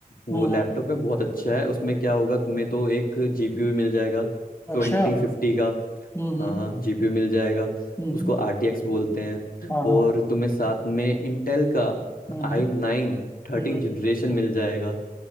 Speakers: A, on the left; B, on the left.
A: वो
B: हम्म
A: लैपटॉप
B: हम्म
A: है बहुत अच्छा है उसमें क्या होगा तुम्हें तो एक जीपीयू मिल जाएगा
B: अच्छा
A: ट्वेंटी फिफ्टी का
B: हम्म
A: हाँ
B: हम्म
A: जीपीयू मिल जाएगा
B: हम्म
A: उसको RTX बोलते हैं
B: हाँ हाँ
A: और तुम्हें साथ में इंटेल का
B: हम्म
A: आई
B: हम्म
A: नाइन थर्टीन
B: हम्म,
A: जनरेशन मिल जाएगा